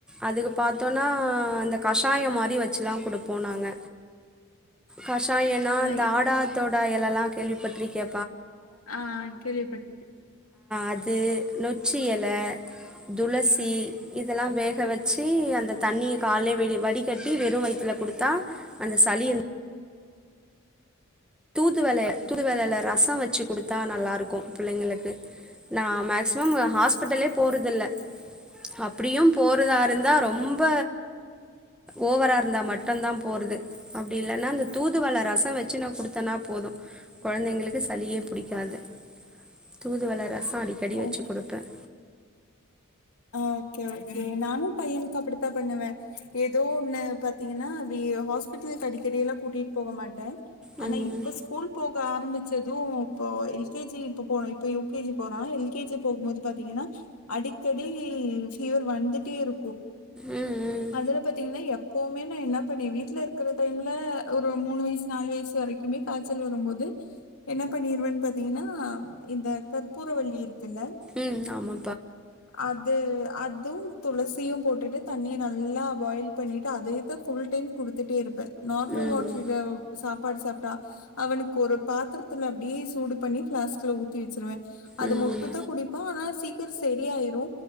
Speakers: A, in the centre; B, on the left.
A: அதுக்கு பாத்தோனா அந்த கஷாயம் மாரி வச்சுலா கொடுப்போ நாங்க கஷாயம் நா
B: ஆ
A: அந்த ஆடாத்தோட் <unintelligible> யெல்லா கேள்விபட்டிரு கே
B: ஆஹ் கேள்விப்பட்டிருக்
A: அது நொச்சி இல துளசி இதெல்லா வேக வச்சு அந்த தண்ணிய காலய வெ வடிகட்டி வெறும் வயுத்துல குடுத்தா அந்த சளி தூதுவல தூதுவலையில ரசோ வச்சு குடுத்தா நல்லா இருக்கு பிள்ளைங்களுக்கு நான் மேக்சிமம் ஹாஸ்பிட்டல்லே போறதில்ல அப்படியும் போறதா இருந்தா ரொம்ப ஓவரா இருந்தா மட்டும்தான் போறது அப்டி இல்லைன்னா அந்த தூதுவல ரசோ வச்சு நான் குடுத் தானா போது குழந்தைங்களுக்கு சலியே புடிக்காது தூதுவல ரசோ அடிக்கடி
B: ஓ
A: வச்சு குடுப்பேன்
B: ஓகே ஓகே நானும் பையனுக்கு அப்படித்தான் பண்ணுவேன் ஏதோ ஒன்னு பாத்தீங்கன்னா அ ஹாஸ்பிட்டலுக்கு அடிக்கடிெல்லா கூட்டிட்டு போக மாட்டேன்
A: ம்
B: ஆனா
A: ம்
B: இப்ப ஸ்கூல் போக ஆரம்பிச் சது இப்ப எல் கே ஜி இப்ப போ இப்ப யு கே ஜி போறா எல் கே ஜி போகும் போது பாத்தீங்கன்னா அடிக் அடிக்கடி ஃபீவர் வந்துட்டே இருக்கு
A: ம்
B: அதுல பாத்தீங்கன்னா எப்பவுமே என்ன பண்ணி வீட்டுல இருக்கிற டைம்ல ஒரு மூணு வயசு நாலு வயசு வரைக்குமே காய்ச்சல் வரும்போது என்ன பண்ணிருவேன்னு பாத்தீங்கன்னா இந்த கற்பூர வள்ளி இருக்குல்ல
A: உம் ஆமா
B: அது அதுவும் துளசியும் போட்டுட்டு தண்ணி நல்லா பாயில் பண்ணிட்டு அதேத்தான் ஃபுல் டைம் குடுத்துட்டே இருப்பேன் நார்மல்
A: ம்
B: வாட்டர்ல சாப்பாடு சாப் அவனுக்கு ஒரு பாத்திரத்துல அப்படியே சூடு பண்ணி பிளாஸ்க்ல ஊத்தி வச்சிருவேன் அது
A: ம் ம்
B: மொட்டுதான் குடிக்குப்பான் ஆனா சீக் <unintelligible> டியாயிரு